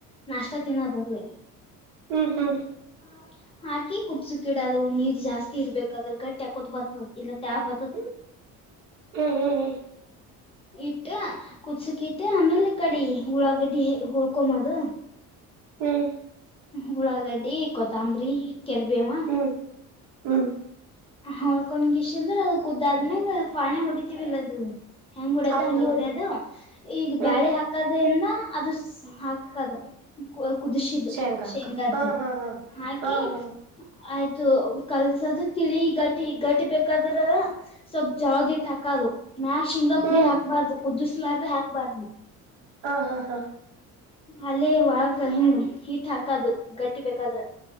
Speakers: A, on the left; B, on the right.
A: <unintelligible>
B: ಹ್ಮ್ ಹ್ಮ್ ಹ್ಮ್
A: ಹಾಕಿ ಕುದಿಸೋಕೆ ಇಡೋದು ಅದು ನೀರ್ ಜಾಸ್ತಿ ಇರ್ಬೇಕಾದ್ರೆ ಗಟ್ಟ್ಯಾಕತ್ ಬರ್ತದೆ ಇಲ್ಲ ಬ್
B: ಹ್ಮ ಹ್ಮ ಹ್ಮ್ ಹ್ಮ್
A: ಇಟ್ಟ ಕುದಿಸೋಕೆ ಇಟ್ಟ ಆಮೇಲೆ ಕಡಿ ಹುಳಾಗಡ್ಡಿ ಹಳ್ಕೊಂಬದು
B: ಹ್ಮ್
A: ಹುಳಾದಡ್ಡಿ ಕೊತ್ತಂಬರಿ ಕೆರ್ಬೇವ
B: ಹ್ಮ್ ಹ್ಮ್ ಹ್ಮ್
A: ಹೊಳ್ಕೊಂಡ ಇಷ್ಟ ಅಂದ್ರ ಅದ <unintelligible> ಪಾಣ ಹೊಡಿತೀವಿಲ್ಲದು ಹೆಂಗ್ ಹೊಡ್ಯದು
B: ಹೌದು
A: ಹಂಗಗೆ ಹೊಡ್ಯದು ಈಗ
B: ಹ್ಮ್
A: ಬ್ಯಾಳಿ ಹಾಕೋದ್ರಿಂದ ಅದು ಹಾಕದು ಕುದಸಿದ
B: ಶೇಂಗಾಕ
A: ಶೇಂಗ್ದ
B: ಹಾ ಹಾ ಹಾ
A: ಹಾಕಿ
B: ಹಾ ಹಾ
A: ಆಯ್ತು ಕಲ್ಸೋದು ತಿಳಿ ಗಟ್ಟಿ ಗಟ್ಟಿ ಬೇಕಾದ್ರ ಸ್ವಲ್ಪ್ ಜಾವದಿಟ್ಟ ಹಾಕದು ಮ್ಯಕ್ ಶೇಂಗಾ ಪುಡಿ
B: ಹ್ಮ್
A: ಹಾಕ್ಬಾರ್ದು ಕುದ್ದಿಸಲಾರ್ರೆ ಹಾಕ್ಬಾರ್ದು
B: ಹಾ ಹಾ ಹಾ
A: ಅಲ್ಲೇ ಒಳಗ ಹಂಗ ಹೀಟ್ ಹಾಕದು ಗಟ್ಟಿ ಬೇಕಾದ್ರ